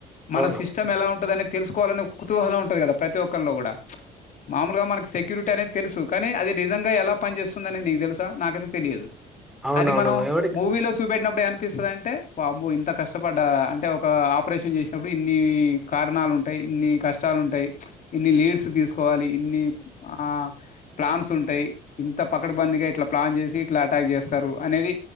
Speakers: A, on the left; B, in the centre.
A: మన
B: అవును.
A: సిస్టమ్ ఎలా ఉంటదనే తెలుసుకోలనే కుతూహలం ఉంటది కదా ప్రతి ఒక్కరిలో కూడా మామూలుగా మనకి సెక్యూరిటీ అనేది తెలుసు కానీ అది నిజంగా ఎలా పనిచేస్తుందని నీకు తెలుసా నాకైతే తెలియదు
B: అవునవును.
A: అది మనం
B: ఎవడికి
A: మూవీలో చూపెట్టిన ఇప్పుడే అనిపిస్తుందంటే వాంబో ఇంత కష్టపడ్డ అంటే ఒక ఆపరేషన్ చేసి ఇప్పుడు ఇన్ని కారణాలు ఉంటాయి ఇన్ని కష్టాలు ఉంటాయి. ఇన్ని లీడ్స్ తీసుకోవాలి ఇన్ని ఆ ప్లాన్స్ ఉంటాయి. ఇంత పకడ్బందగా ఇట్లా ప్లాన్ చేసి ఇట్లా అటాక్ చేస్తారు అనేది